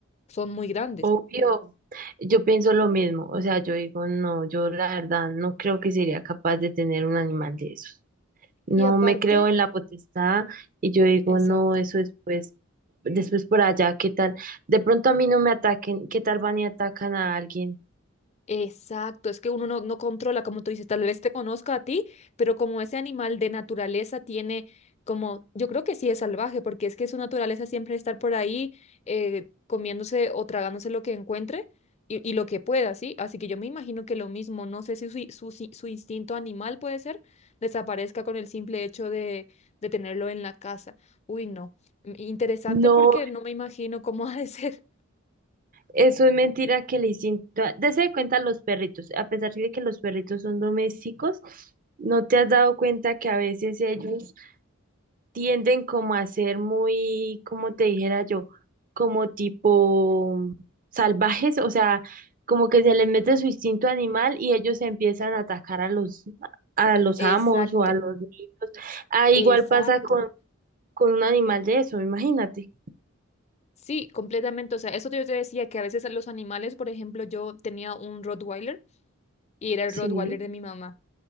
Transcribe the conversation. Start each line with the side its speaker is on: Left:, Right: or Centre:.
Left: son muy grandes.
Right: obvio. Yo pienso lo mismo. O sea, yo digo, no, yo la verdad no creo que sería capaz de tener un animal de esos. no
Left: Y aparte...
Right: me creo en la potestad y yo digo,
Left: Exacto.
Right: no, eso después, después por allá, ¿qué tal? De pronto a mí no me ataquen, ¿qué tal van y atacan a alguien?
Left: Exacto, es que uno no, no controla, como tú dices, tal vez te conozca a ti, pero como ese animal de naturaleza tiene como, yo creo que sí es salvaje, porque es que su naturaleza siempre es estar por ahí eh, comiéndose o tragándose lo que encuentre y, y lo que pueda, ¿sí? Así que yo me imagino que lo mismo, no sé si su, su, si- su instinto animal puede ser, desaparezca con el simple hecho de, de tenerlo en la casa. Uy, no. mm, Interesante
Right: No,
Left: porque no me imagino cómo <laughs> ha de ser.
Right: eso es mentira que el instinto, dese de cuenta los perritos, a pesar de que los perritos son domésticos, ¿no te has dado cuenta que a veces ellos tienden como a ser muy, como te dijera yo, como tipo salvajes, o sea, como que se les mete su instinto animal y ellos empiezan a atacar a los, a los
Left: <laughs> Exacto,
Right: amos o a los niños. Ah, igual
Left: exacto.
Right: pasa con, con un animal de eso, imagínate.
Left: Sí, completamente. O sea, eso yo te decía que a veces a los animales, por ejemplo, yo tenía un Rottweiler y era el
Right: Sí,
Left: Rottweiler de mi mamá.